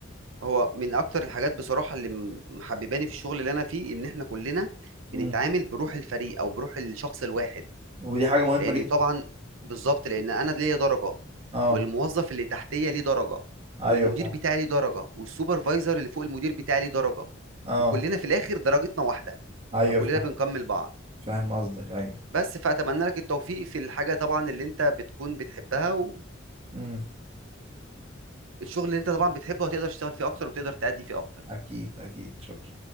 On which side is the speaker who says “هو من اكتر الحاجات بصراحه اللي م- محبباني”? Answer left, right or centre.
Right